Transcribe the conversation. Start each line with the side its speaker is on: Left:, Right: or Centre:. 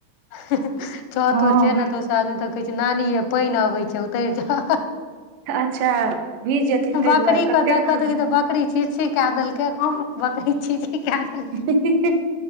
Left: छत
Right: हँ
Left: पर छिये नऽ तऽ ओ सब <unintelligible> तऽ कहै छै नानीे यै पाइन अबै छै उतैर जाउ
Right: अच्छा भीज जेथिन ताहि
Left: बकरी
Right: दुआरे
Left: के
Right: कतेक
Left: देखऽ
Right: चिन्ता
Left: तऽ तऽ बकरी छिछी केय देलक उहु बकरी छिछी कै देल
Right: <inaudible>